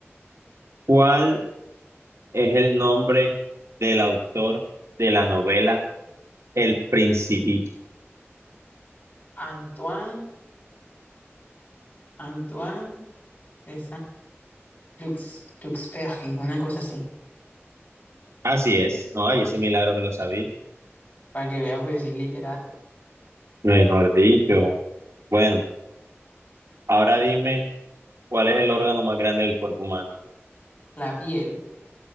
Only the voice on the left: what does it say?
Antoine, Antoine de Saint-Lux, Luxferry, una cosa así.
Para que vea, pues yo soy literato.
La piel,